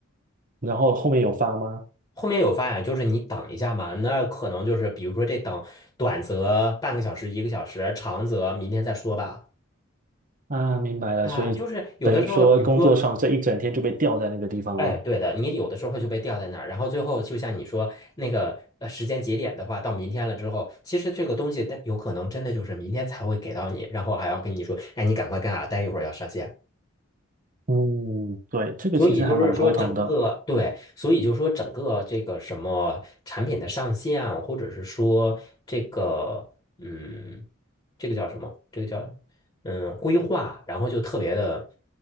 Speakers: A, on the right; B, on the left.
A: 然后后面有发吗？
B: 后面有发呀，就是你等一下嘛，那可能就是比如说这等短则半个小时、一个小时，长则明天再说吧。
A: 啊，明白了，
B: 啊，
A: 所以等于说工作上这一整天就被吊在那个地方了。
B: 就是有的时候，比如说，哎，对的，你有的时候就被吊在那儿，然后最后就像你说那个呃时间节点的话，到明天了之后，其实这个东西它有可能真的就是明天才会给到你，然后还要跟你说，哎，你赶快干啊，待一会儿要上线。
A: 嗯，对，这个其实还蛮头疼的。
B: 所以就是说，整个对，所以就是说，整个这个什么产品的上线，或者是说这个嗯，这个叫什么？这个叫嗯规划，然后就特别的